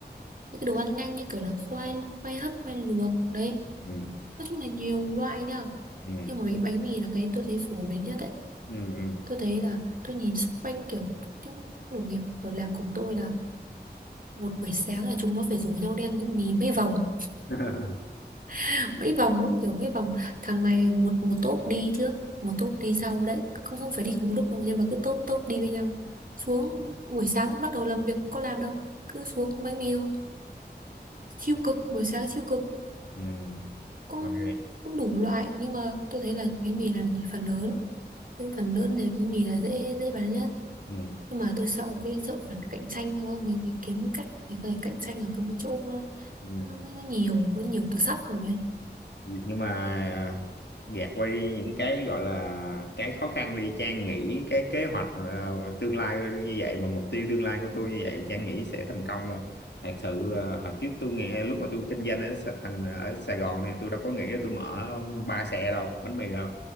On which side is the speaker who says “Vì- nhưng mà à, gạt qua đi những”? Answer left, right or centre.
Left